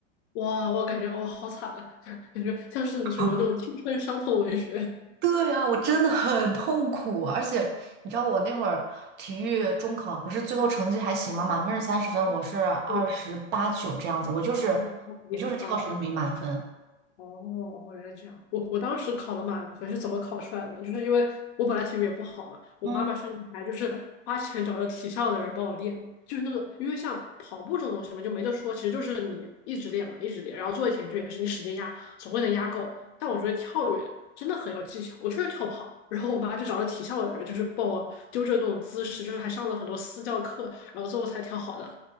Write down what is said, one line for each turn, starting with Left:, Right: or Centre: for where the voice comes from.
Left: 哇，我感觉哇，好惨啊，<laughs> 感觉像是什么那种青春伤痛文学。
Right: <laughs> 对啊，我真的很痛苦，而且你知道我那会儿体育中考不是最后成绩还行吗？满分是三十分，我是二十八九这样子，
Left: 嗯，
Right: 我就是
Left: 嗯，那很厉害啊。
Right: 我就是跳绳没满分。
Left: 哦，原来这样。我我当时考了满分是怎么考出来的呢？就是因为我本来体育也不好嘛，我妈妈甚至还就是花钱找了体校的人帮我练，
Right: 嗯。
Left: 就是那个，因为像跑步这种东西嘛，就没得说，其实就是你一直练嘛，一直练，然后做一题就也是你使劲压，总会能压够。但我觉得跳远真的很有技巧，我确实跳不好。然后我妈就找了体校的人，就是帮我纠正那种姿势，就是还上了很多私教课，然后最后才跳好的，